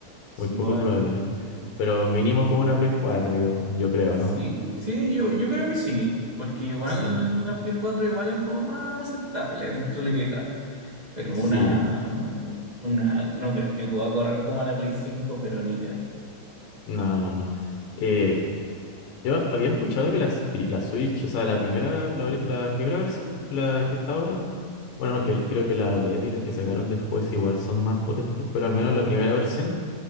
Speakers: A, on the right; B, on the left.
A: Sí,
B: Muy poco
A: igual,
B: probable. Pero mínimo como una Play 4, yo, yo creo,
A: sí,
B: ¿no?
A: sí, yo, yo creo que sí, porque igual
B: O sea,
A: la Play cuatro igual es como más aceptable dentro de lo que cabe, pero
B: sí.
A: una, una, no creo que va a correr como la Play cinco pero ni ca-
B: No, no, no, no. Eh, yo había escuchado que la, la Switch, o sea, la primera, la, ori- la primera versión, la que está ahora, bueno, que creo que la OLED y las que sacaron después igual son más potentes, pero al menos la primera versión